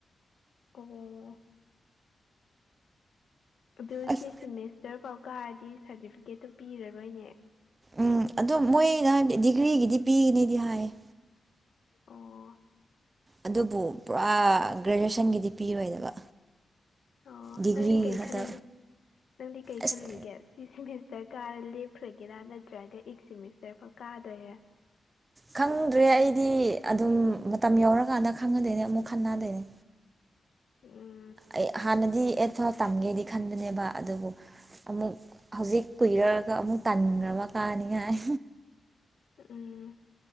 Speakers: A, on the left; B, on the right.
A: ꯑꯣ ꯑꯗꯨ
B: ꯑꯁ
A: ꯁꯤꯁꯤꯅꯦ ꯗꯇꯔꯐꯥꯎ ꯀꯥꯔꯗꯤ ꯁꯥꯔꯇꯤꯐꯤꯀꯦꯠꯇꯨ ꯄꯤꯔꯔꯣꯏꯅꯦ
B: ꯎꯝ ꯑꯗꯣ ꯃꯣꯏꯅ ꯍꯥꯏꯕꯗꯤ ꯗꯤꯒ꯭ꯔꯤꯒꯤꯗꯤ ꯄꯤꯒꯅꯤꯗꯤ ꯍꯥꯏꯌꯦ
A: ꯑꯣ
B: ꯑꯗꯨꯕꯨ ꯄꯨꯔꯥ ꯒ꯭ꯔꯦꯖꯨꯋꯦꯁꯟꯒꯤꯗꯤ ꯄꯤꯔꯣꯏꯗꯕ
A: ꯑꯣ
B: ꯗꯤꯒ꯭ꯔꯤ
A: ꯅꯪꯗꯤ ꯀꯩ
B: ꯈꯛꯇ
A: ꯈꯟ ꯅꯪꯗꯤ ꯀꯩ
B: ꯑꯁ
A: ꯈꯜꯂꯤꯒꯦ ꯁꯤ ꯁꯦꯃꯤꯁꯇꯔ ꯀꯥꯔ ꯂꯦꯞꯈ꯭ꯔꯒꯦꯔꯥ ꯅꯠꯇ꯭ꯔꯒ ꯑꯦꯛ ꯁꯦꯃꯤꯁꯇꯔ ꯐꯥꯎ ꯀꯥꯗꯣꯏꯔꯦ
B: ꯈꯪꯗ꯭ꯔꯦ ꯑꯩꯗꯤ ꯑꯗꯨꯝ ꯃꯇꯝ ꯌꯧꯔꯀꯥꯟꯗ ꯈꯪꯉꯗꯣꯏꯅꯦ ꯑꯃꯨꯛ ꯈꯟꯅꯗꯣꯏꯅꯦ
A: ꯎꯝ
B: ꯑꯩ ꯍꯥꯟꯅꯗꯤ ꯑꯦꯠꯚꯥꯟꯁ ꯇꯝꯒꯦꯗꯤ ꯈꯟꯕꯅꯦꯕ ꯑꯗꯨꯕꯨ ꯑꯃꯨꯛ ꯍꯧꯖꯤꯛ ꯀꯨꯏꯔꯒ ꯑꯃꯨꯛ ꯇꯟꯈ꯭ꯔꯕ ꯀꯥꯟꯅꯤꯉꯥꯏ
A: ꯎꯝ